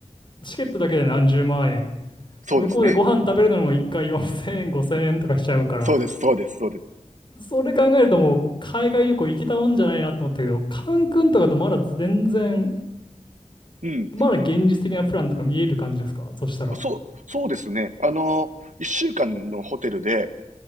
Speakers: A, on the left; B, on the right.
A: うチケットだけで何十万円
B: そうですね。
A: 向こうでご飯食べるのも一回4000円、5000円とかしちゃうから、
B: そうです、そうです、そうです。
A: それ考えるともう海外旅行行けたもんじゃないなと思ったけど、カンクンとかとまだ全然、
B: うん。
A: まだ現実的なプランとか見える感じですかそしたら、
B: そう、そうですね。あの、一週間のホテルで、